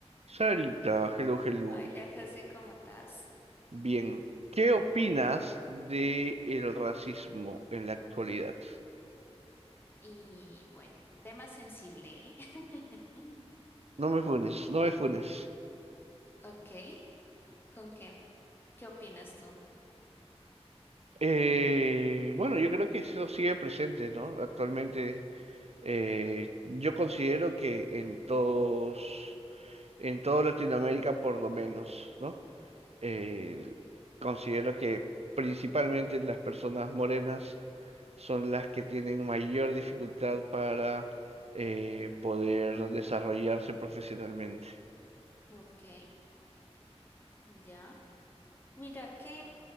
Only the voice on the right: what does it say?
Sarita, hello, hello.
Bien, ¿qué opinas de el racismo en la actualidad?
No me funes, no me funes.
Eh, bueno, yo creo que eso sigue presente, ¿no? Actualmente, eh, yo considero que en todos, en toda Latinoamérica por lo menos, ¿no? eh, considero que principalmente las personas morenas son las que tienen mayor dificultad para eh, poder desarrollarse profesionalmente.